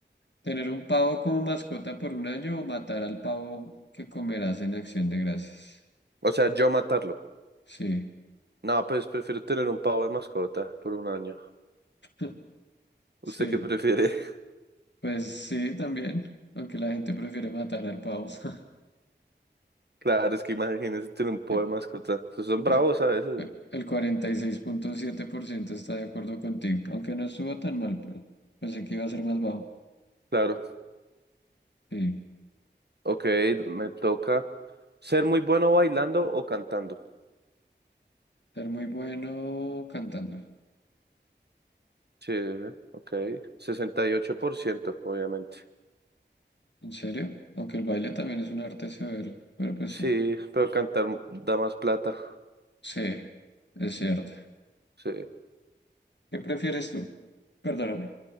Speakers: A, on the left; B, on the right.
A: ¿Tener un pavo como mascota por un año o matar al pavo que comerás en Acción de Gracias?
B: O sea, yo matarlo.
A: Sí,
B: No, pues prefiero tener un pavo de mascota por un año.
A: <laughs>
B: ¿Usted
A: sí,
B: qué prefiere? <laughs>
A: pues sí, también, aunque la gente prefiere matar al pavo. <laughs>
B: Claro, es que imagínese tener un pavo
A: El,
B: de mascota. Esos son bravos
A: el, cu-
B: a veces,
A: el cuarenta y seis punto siete por ciento está de acuerdo contigo, aunque no estuvo tan mal, pero pensé que iba a ser más bajo.
B: Claro,
A: Sí,
B: ok, me toca ser muy bueno bailando o cantando.
A: ser muy bueno cantando.
B: Sí, ok, 68%, obviamente.
A: ¿En serio? Aunque el baile también es un arte severo, pero pues
B: Sí,
A: sí,
B: pero cantar da más plata.
A: sí, es cierto.
B: Sí, <laughs>
A: ¿Qué prefieres tú? Perdóname.